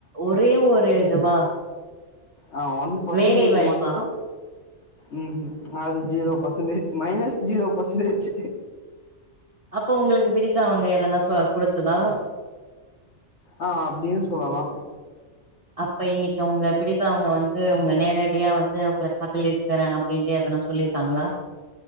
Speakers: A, on the right; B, on the left.
A: ஒரே ஒரே இதுவா
B: ஆ ஒன் பர்சன்டேஜ்
A: வேலை வாய்ப்பா
B: மட்டு ம் ம் அது zero percentage minus zero percentage
A: அப்போ உங்களுக்கு பிடித்தவங்க எதனா கொடுத்ததா
B: ஆ அப்டியு சொல்லலா
A: அப்ப இன்னைக்கு உங்க பிடித்தவங்க வந்து உங்க நேரடியா வந்து உங்க காதலிக்கிறே அப்டிண்ட்டு எதனா சொல்லிருக்காங்களா